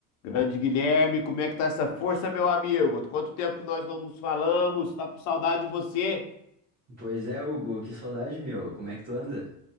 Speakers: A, on the left (about 45°); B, on the right (about 20°).
A: Grande Guilherme, como é que tá essa força, meu amigo? Quanto tempo que nós não nos falamos? Tá com saudade de você?
B: Pois é, Hugo, que saudade, meu. Como é que tu anda?